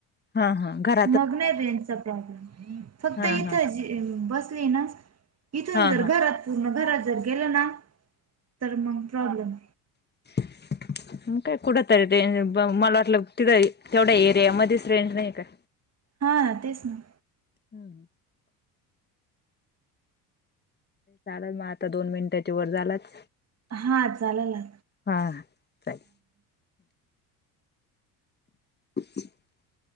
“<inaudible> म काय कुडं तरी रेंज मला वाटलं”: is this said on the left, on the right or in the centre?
Left